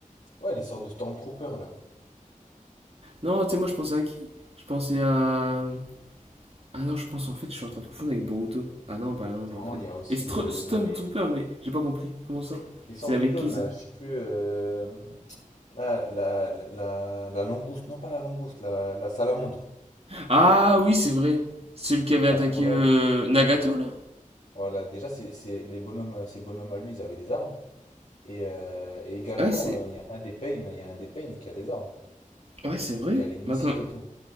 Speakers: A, on the left; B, on the right.
A: Ouais, les sortes de Stormtroopers, là.
B: Non, tu sais, moi, je pensais à qui? Je pensais à Ah non, je pense en fait, je suis en train de confondre avec Boruto. Ah non, bah non, bah
A: Non,
B: en fait.
A: il y a aussi
B: Et Stro-
A: le...
B: Stormtrooper,
A: Non, mais...
B: mais j'ai pas compris. Comment ça
A: Les sortes
B: C'est avec
A: de clones,
B: qui ça
A: là, je sais plus... euh, Là, la, la, la, la langouste, non pas la langouste, la, la salamandre.
B: Ah oui, c'est vrai. Celui qui avait
A: À
B: attaqué
A: ce moment-là,
B: euh,
A: il y a-
B: Nagato là
A: voilà, déjà, c'est, c'est, les bonhommes, ces bonhommes à lui, ils avaient des armes. Et, euh, et également,
B: Ouais, c'est
A: euh, il y a un des Pain, il y a un des Pain qui a des armes,
B: ouais, c'est vrai.
A: qui a les missiles
B: Maintenant
A: et tout.